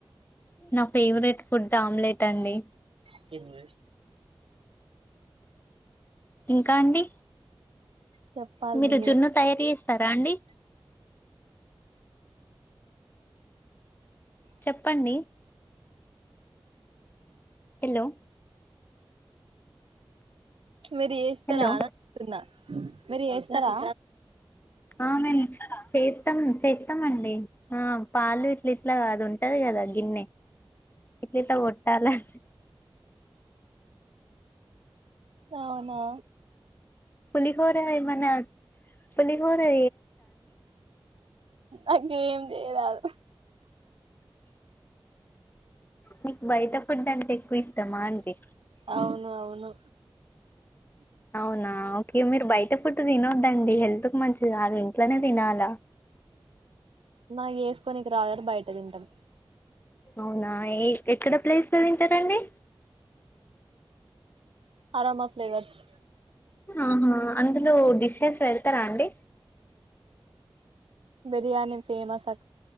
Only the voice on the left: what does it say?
నా ఫేవరెట్ ఫుడ్ ఆమ్లెట్ అండి
ఇంకా అండి
మీరు
జున్ను తయారు చేస్తారా అండి చెప్పండి హలో
హలో
ఆ మేం ఫేస్ ఇస్తాం చేస్తామండి ఆ పాలు ఇట్లా ఇట్లా కాదు ఉంటది కదా గిన్నె ఇట్లి త గోటాలజ
పలి హ ర మన పలిలీ హ రీ
మీకు బయటప్పటి దంటే ఎక్కువ ఇస్తామా అంటే
అవునా ఓకే మీరు బయట పుట్టు తినవద్దండి హెల్త్ మంచిది ఆగా ఇంట్లోనే తినాల
అవునా ఏ ఎక్కడ ప్లేస్ క వింటారండి
ఆహా అందులో డిషెస్ వెళ్తారా అండి